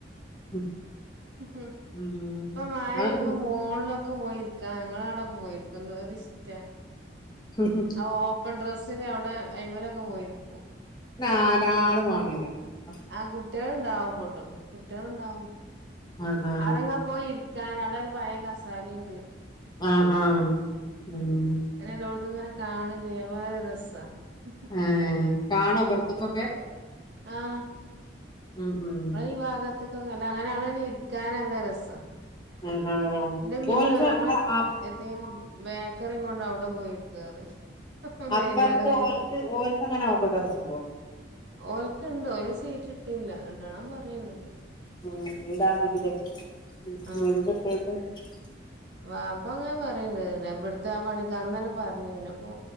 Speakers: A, on the left; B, on the right.
A: ഉം
B: ഉം
A: ഉം
B: ഇപ്പ മഴ പെയ്യുമ്പോ
A: അത്
B: മോണിലൊ ലൊക്കെ പോയിരിക്കാ ഞങ്ങള് അവിടൊക്കെ പോയിരിക്കും എന്തോര് ഇഷ്ട്ട
A: ഉം ഹം
B: ആ ഓപ്പൺ ടെസ്സില് അവിടെ അയിമലൊക്കെ പോയി ഇരിക്കും
A: നാലാള് <unintelligible>
B: ആഹ് കുട്ടികള് ഉണ്ടാവും <unintelligible> കുട്ടികള് ഉണ്ടാവും
A: ആഹ്
B: അവിടെങ്ങാനും പോയി ഇരിക്കാൻ അവിടെ ഒരു പഴയ കസാരയുണ്ട്
A: ആഹ് ആഹ് ഉം
B: അങ്ങനെ എല്ലോടത്തും ഇങ്ങനെ കാണുവേയും ചെയ്യാം ഭയങ്കര രസവാ <unintelligible>
A: ഏഹ് കാണോ പൊറത്ത്ക്കൊക്കെ
B: ആഹ്
A: ഉം ഉം
B: നമ്മടെ ഈ ഭാഗത്തൊക്കെ അങ്ങനെ അവിടെ തന്നെ ഇരിക്കാൻ നല്ല രസവാ
A: ആഹ് ആഹ്
B: <unintelligible>
A: ഓൽക്ക് ഇങ്ങളെ അ
B: <unintelligible> ബേക്കറിയും കൊണ്ട് അവിടെ പോയിരിക്കാ പറയും വൈന്നേരായാല്
A: അപ്പറത്ത് ഓൽക്ക് ഓൽക്ക്‌ അങ്ങനെ അപ്പൊ ടെറസുണ്ടോ?
B: ഓൽക്കുണ്ട് ഓല് സീറ്റ് ഇട്ടില്ല ഇടണം പറയണ്ട്
A: <unintelligible>
B: ആഹ് വാപ്പ ഇങ്ങനെ പറയണ്ട് ഇവി ത്തെ പണിക്ക് അന്ന് തന്നെ പറഞ്ഞീന് ഇപ്പൊ